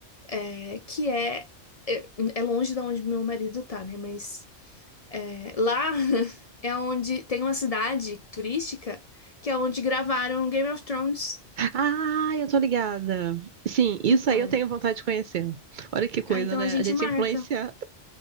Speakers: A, on the left; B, on the right.
A: é, que é, é. É longe de onde meu marido tá, né? Mas é, lá <laughs> é onde tem uma cidade turística que é onde gravaram Game of Thrones.
B: Ah, eu tô ligada. Sim, isso
A: Então,
B: aí eu tenho vontade de conhecer. Olha que coisa,
A: ah, então
B: né?
A: a gente
B: A gente
A: marca.
B: é influenciado.